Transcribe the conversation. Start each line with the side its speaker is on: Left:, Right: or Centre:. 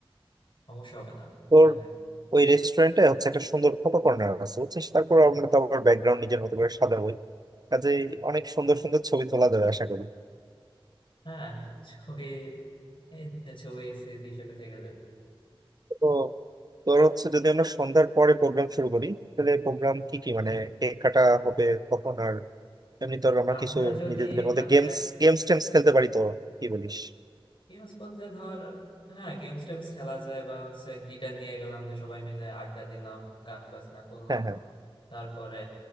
Left: সমস্যা হবে না
Right: তোর
Left: মনে হয়
Right: ওই রেস্টুরেন্টে হচ্ছে একটা সুন্দর ফটো কর্নার আছে বুঝছিস তারপর আমরা তো আবার ব্যাকগ্রাউন্ড নিজের মতো করে সাজাবোই কাজে অনেক সুন্দর সুন্দর ছবি তোলা যাবে আশা করি
Left: হ্যাঁ ছবি এই ছবি স্মৃতি হিসেবে থেকে যাবে
Right: তো তোর হচ্ছে যদি আমরা সন্ধ্যার পরে প্রোগ্রাম শুরু করি তাহলে প্রোগ্রাম কি কি মানে কেক কাটা হবে কখন আর এমনি তো আমরা
Left: আমরা
Right: কিছু
Left: যদি
Right: নিজেদের মধ্যে
Left: মানে
Right: গেমস গেমস টেমস খেলতে পারি তো কি বলিস
Left: গেমস বলতে ধর হ্যাঁ গেমস টেমস খেলা যায় বা হচ্ছে গিটার নিয়ে গেলাম যে সবাই মিলে আড্ডা দিলাম গান বাজনা করলাম
Right: হ্যাঁ হ্যাঁ
Left: তারপরে